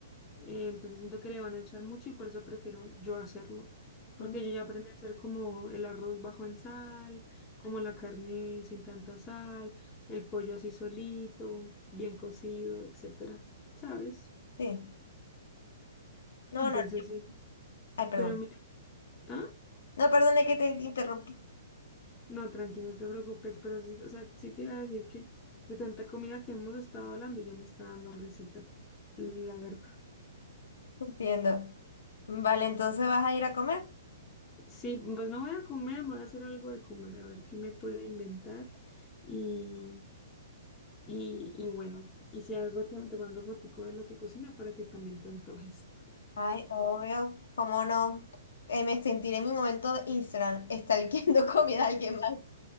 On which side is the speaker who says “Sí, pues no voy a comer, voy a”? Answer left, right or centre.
Left